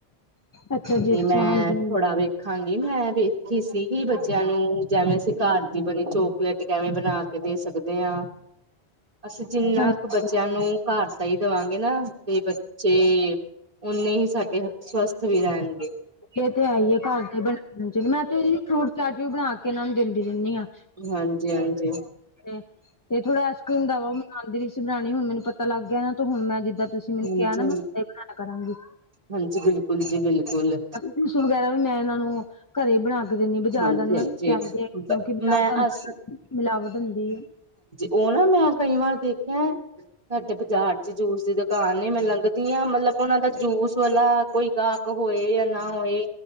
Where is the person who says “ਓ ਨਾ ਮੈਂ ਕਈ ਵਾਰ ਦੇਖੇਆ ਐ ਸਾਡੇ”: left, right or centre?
Right